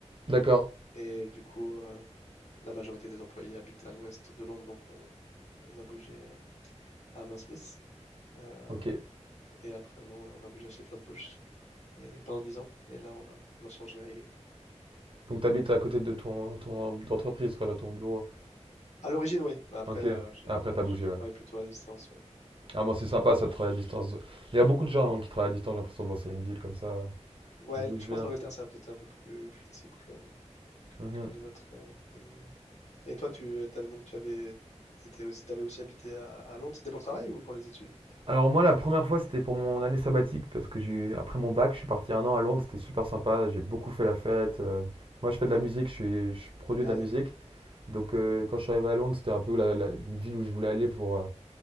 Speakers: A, on the right (about 45°); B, on the left (about 70°).
A: d'accord.
B: Et du coup, euh, la majorité des employés habitent à l'ouest de Londres, donc on, on a bougé euh, à Hammersmith. Euh,
A: Ok.
B: et après un an, on a bougé à Shepherd's Bush. Et pendant 10 ans, et là, on a, on a changé à Ealing.
A: Donc t'habites à côté de ton, ton entreprise, quoi, de ton bureau.
B: À l'origine, oui. Bah après,
A: Ok.
B: euh, j'ai-
A: Après, t'as bougé,
B: je
A: ouais.
B: travaille plutôt à distance. Ouais,
A: Ah bon, c'est sympa, ça de travailler à distance. Il y a beaucoup de gens, non, qui travaillent à distance, j'ai l'impression. Bon, c'est une ville comme ça, euh,
B: Ouais,
A: qui bouge
B: je
A: bien.
B: pense que l'Angleterre, c'est un- peut-être un peu plus flexible que,
A: Mhm.
B: que les autres euh, pays. Et toi, tu avais donc tu avais, t'étais aussi, t'avais aussi habité à, à Londres. C'était pour le travail ou pour les études?
A: Alors moi, la première fois, c'était pour mon année sabbatique, parce que j'ai eu- après mon bac, je suis parti un an à Londres, c'était super sympa, j'ai beaucoup fait la fête. euh. moi, je fais de la musique, je, suis- je produis de
B: Ah,
A: la musique.
B: d'accord.
A: Donc euh, quand je suis arrivé à Londres, c'était un peu la, la- une ville où je voulais aller pour, euh,